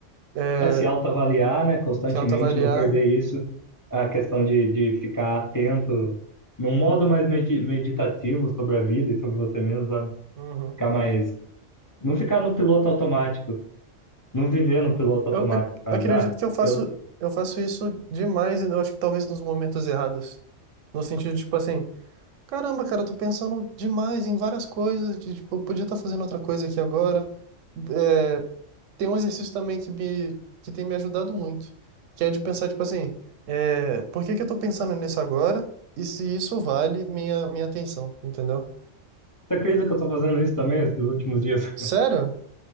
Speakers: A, on the right; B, on the left.
A: é,
B: é se autoavaliar, né, constantemente,
A: se autoavaliar.
B: não perder isso, a questão de, de ficar atento num modo mais medi- meditativo sobre a vida e sobre você mesmo, sabe?
A: Uhum.
B: Ficar mais, não ficar no piloto automático, não viver no piloto automático,
A: Eu, eu
B: sabe?
A: acredito
B: Ah,
A: que eu faço,
B: eu,
A: eu faço isso demais e eu acho que talvez nos momentos errados. No sentido de, tipo, assim, caramba, cara, eu tô pensando demais em várias coisas, de, tipo, eu podia estar fazendo outra coisa aqui agora. é, Tem um exercício também que, me, que tem me ajudado muito, que é de pensar, tipo assim, é, por que que eu tô pensando nisso agora e se isso vale minha, minha atenção, entendeu?
B: você acredita que eu tô fazendo isso também esses últimos dias? <laughs>
A: Sério?